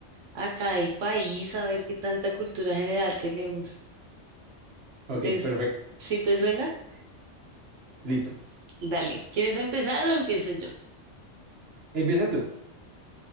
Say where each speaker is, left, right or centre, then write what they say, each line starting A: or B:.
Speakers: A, on the right; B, on the right.
A: acá del país, a ver qué tanta cultura general tenemos.
B: Ok,
A: ¿Te-
B: perfecto,
A: si te suena?
B: listo.
A: Dale. ¿Quieres empezar o empiezo yo?
B: Empieza tú.